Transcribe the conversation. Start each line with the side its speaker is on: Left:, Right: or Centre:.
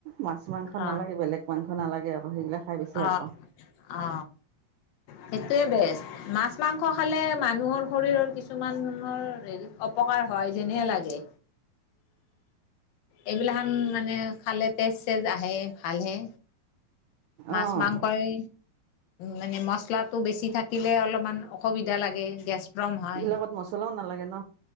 Right: মাছ মাংস
Left: অ
Right: নালাগে বেলেগ মাংস নালাগে আৰু সেইবিলাক খাই বেছি ভাল
Left: অ
Right: পাওঁ।
Left: অ সেইটোৱে বেষ্ট মাছ মাং স খালে মানুহৰ শৰীৰৰ কিছুমানৰ হেৰি অপকাৰ হয় যেনে লাগে। এইবিলাহান মানে খালে তেজ চেজ আহে ভালহে। মাছ
Right: অ'
Left: মাংসই মানে মছলাটো বেছি থাকিলে অলপমান অসুবিধা লাগে গেছ প্ৰম হয়
Right: ই লগত মছলাও নালাগে ন